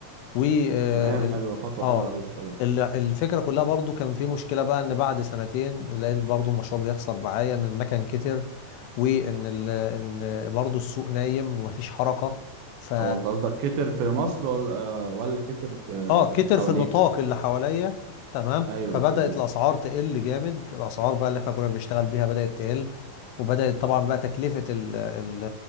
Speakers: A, on the left; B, on the right.
A: و اه
B: تمام
A: ال-
B: حلوه خطوه
A: آه،
B: حلوه قوي طبعا
A: ال- الفكرة كلها برضو كان في مشكلة بقى إن بعد سنتين لأن برضو المشروع بيخسر معايا إن المكن كتر وإن ال... إن برضو السوق نايم ومفيش حركة ف
B: هو انت قصدك كتر في مصر ولا آه، ولا كتر في
A: اه كتر
B: حواليك
A: في النطاق اللي حواليا تمام
B: ايوه
A: فبدأت
B: تمام
A: الأسعار تقل جامد الأسعار بقى اللي احنا كنا بنشتغل بيها بدأت تقل وبدأت طبعا بقى تكلفة ال ال